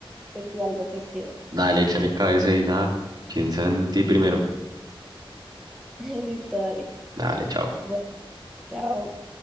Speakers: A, in the centre; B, on the right.
A: Pues si algo te escribo.
B: Dale, échale cabeza y nada, piensa en ti primero.
A: <laughs> Listo, dale.
B: Dale, chao.
A: Bueno, chao.